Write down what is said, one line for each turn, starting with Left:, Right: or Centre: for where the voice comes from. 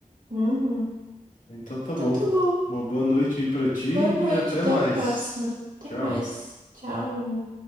Right: Uhum.
Left: Então tá
Right: Então
Left: bom.
Right: tá bom.
Left: Uma boa noite aí pra ti
Right: Boa noite,
Left: e até
Right: até
Left: mais.
Right: a próxima.
Left: Tchau.
Right: Até mais. Tchau.